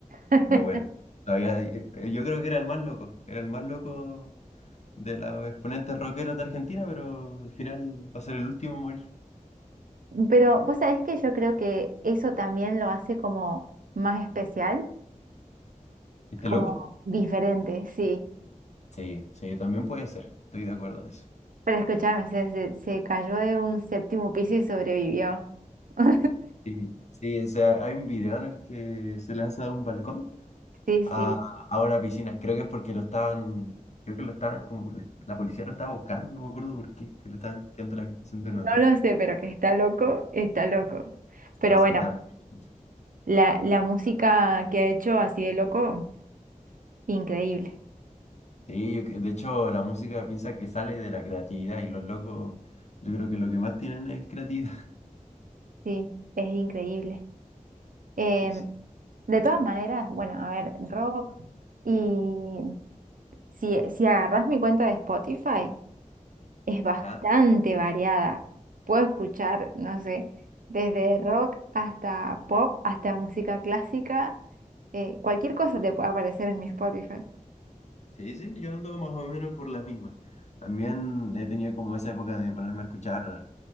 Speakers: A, on the right; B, on the left.
A: <laughs>
B: pero bueno. Todavía, eh, eh, yo creo que era el más loco. Era el más loco de los exponentes rockeros de Argentina, pero al final va a ser el último en morir.
A: Pero vos sabés que yo creo que eso también lo hace como más especial,
B: ¿Viste
A: como
B: loco?
A: diferente, sí.
B: Sí, sí, también puede ser. Estoy de acuerdo en eso.
A: Pero escúchame, se, se, se cayó de un séptimo piso y sobrevivió. <laughs> O
B: Sí, sí, o sea, hay un video en el que se lanza de un balcón
A: sea, sí,
B: a,
A: sí.
B: a una piscina. Creo que es porque lo estaban, creo que lo estaban como, la policía lo estaba buscando, no me acuerdo por qué, que le estaban golpeando la habitación de un hotel.
A: No lo sé, pero que está loco, está loco. Pero
B: No, sí,
A: bueno,
B: está. medio loquito.
A: la, la música que ha hecho así de loco, increíble.
B: Sí, yo que- de hecho, la música piensa que sale de la creatividad y los locos, yo creo que lo que más tienen es creatividad.
A: Sí, es increíble. Em,
B: <laughs> Sí, sí.
A: de todas maneras, bueno, a ver, rock. Y si, si agarras mi cuenta de Spotify. es bastante
B: ¿Ah?
A: variada. Puedo escuchar, no sé, desde rock hasta pop, hasta música clásica. eh, cualquier cosa te puede aparecer en mi Spotify.
B: Sí, sí, yo ando más o menos por las mismas. También he tenido como esa época de ponerme a escuchar